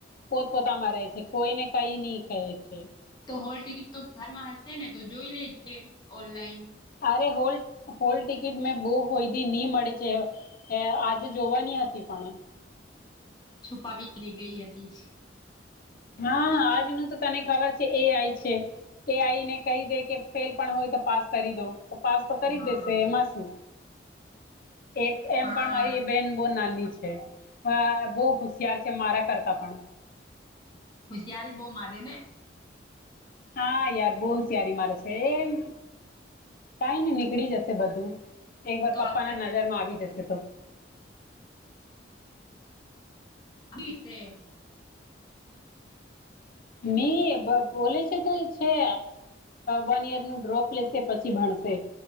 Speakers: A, on the left; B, on the left.
A: પોતપોતામાં રહે છે, કોઈને કઈ નહી કહે છે.
B: તો હોલ ટિકિટતો ઘરમાં હશે ને, તો જોઈ લેજે ઓનલાઈન.
A: અરે હોલ હોલ ટિકિટમેં બો હોયી નહી મળે છે. એ આજે જોવાની હતી, પણ
B: છુપાવીની ગઈ હતી.
A: હા, આજનું તો તને ખબર છે, એ આય છે. એ આઈ ને કહી દે કે, ફેલ પણ હોય તો પાસ કરી દો. તો પાસતો કરી
B: હા
A: દેશે, એમાં શું. એ એમ
B: હા
A: પણ મારી એ બેન બો નાલી છે. બહુ હોશિયાર છે, મારા કરતા પણ
B: હુશિયારી બોમારે ને.
A: હા યાર, બોહુ સ્યારી મારે છે એમ. કઈ નને નીકળી જશે, બધું એક વાર
B: તો
A: પપ્પાના
B: આગળ
A: નજરમાં આવી જશે તો.
B: ફી છે.
A: મ બોલે છે તો છે. વન યરનું ડ્રોપ લેશે, પછી ભણશે.